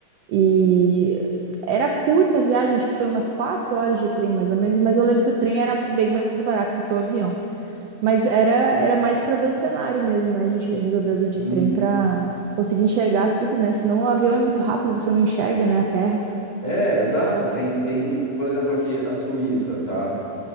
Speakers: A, on the right; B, on the left.
A: e era curta a viagem, acho que foi umas quatro horas de trem mais ou menos, mas eu lembro que o trem era bem mais barato do que o avião. Mas era, era mais para ver o cenário mesmo, né? A gente resolveu ir de
B: Sim.
A: trem para conseguir enxergar tudo, né? Senão o avião é muito rápido, você não enxerga, né, a terra.
B: É, exato. Tem, tem, por exemplo, aqui a Suíça, tá?